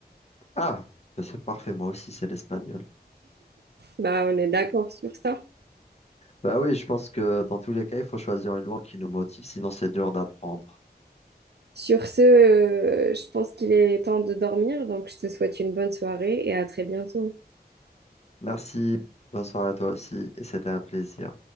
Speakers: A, on the left; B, on the right.
A: Ah, ben, c'est parfait, moi aussi, c'est l'espagnol.
B: Bah, on est d'accord sur ça.
A: Bah oui, je pense que dans tous les cas, il faut choisir une langue qui nous motive, sinon c'est dur d'apprendre.
B: Sur ce, euh, je pense qu'il est temps de dormir. Donc, je te souhaite une bonne soirée et à très bientôt.
A: Merci, bonne soirée à toi aussi, et c'était un plaisir.